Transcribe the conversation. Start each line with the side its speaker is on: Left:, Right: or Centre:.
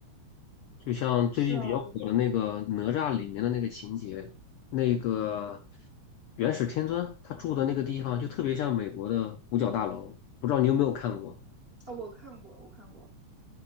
Left: 就像最近比较火的那个哪吒里面的那个情节，
Right: 是啊，嗯
Left: 那个
Right: 嗯
Left: 元始天尊他住的那个地方就特别像美国的五角大楼，不知道你有没有看过？
Right: 啊，哦我看过，我看过。